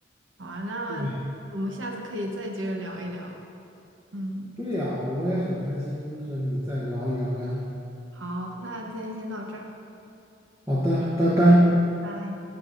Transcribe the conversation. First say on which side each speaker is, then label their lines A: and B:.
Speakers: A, on the right; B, on the right.
A: 好啊，那
B: 对，
A: 我们下次可以再接着聊一聊。嗯，
B: 对呀，我也很开心和你再聊一聊呀。
A: 好，那今天先到这儿，
B: 好的，拜拜。
A: 拜。